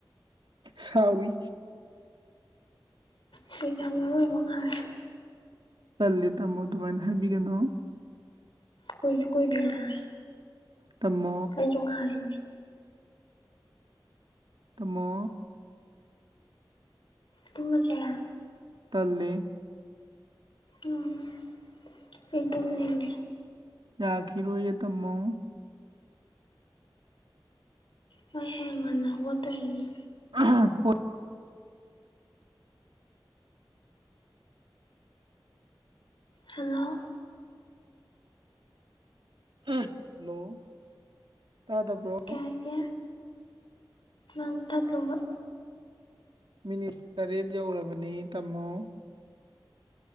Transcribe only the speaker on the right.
ꯁꯥꯎꯋꯤ
ꯇꯜꯂꯦ ꯇꯥꯃꯣ ꯑꯗꯨꯃꯥꯏꯅ ꯍꯥꯏꯕꯤꯒꯅꯣ
ꯇꯃꯃꯣ
ꯇꯥꯃꯣ
ꯇꯜꯂꯦ
ꯌꯥꯈꯤ ꯔꯣꯏꯌꯦ ꯇꯥꯃꯣ
ꯑ ꯍꯣꯏ
ꯍꯜꯂꯣ ꯇꯥꯗꯕ꯭ꯔꯣ
ꯃꯤꯅꯤꯠ ꯇꯔꯦꯠ ꯌꯧꯔꯕꯅꯦ ꯇꯥꯝꯃꯣ